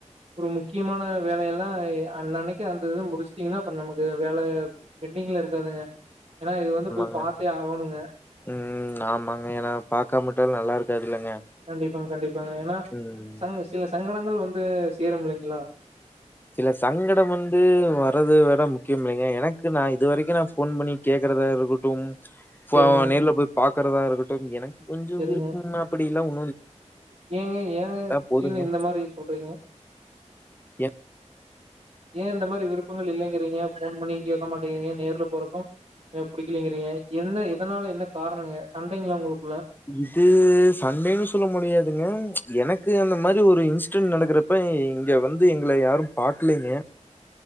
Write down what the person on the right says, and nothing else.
ஒரு முக்கியமான வேலையெல்லாம் அன்னனைக்கு அந்த இத முடிச்சுட்டீங்கன்னா அப்புறம் நமக்கு வேல பெண்டிங்ல இருக்காதுங்க ஏன்னா இது வந்து போய்
பாத்தே ஆகணுங்க.
கண்டிப்பாங்க கண்டிப்பாங்க ஏன்னா
சங் சில சங்கடங்கள் கள் வந்து சேரும் இல்லைங்களா
சரிங்க,
சரிங்க.
ஏங்க ஏங்க இடீனு
இந்த மாரி சொல்றீங்க
ஏன் இந்த மாரி விருப்பங்கள் இல்லைங்கிறீங்க போன்பண்ணியும் கேட்க இப்ப நீங்க நேரல போறப்போ அ படிலங்கீங்க என்ன இதனால என்ன காரணங்க சண்டை உங்களுக்